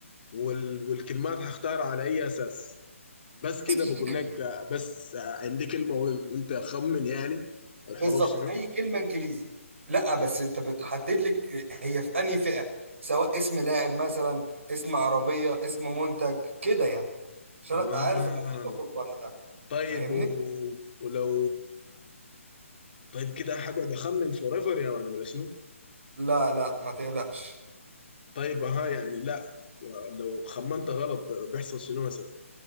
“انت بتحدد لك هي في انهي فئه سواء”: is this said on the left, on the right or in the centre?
Right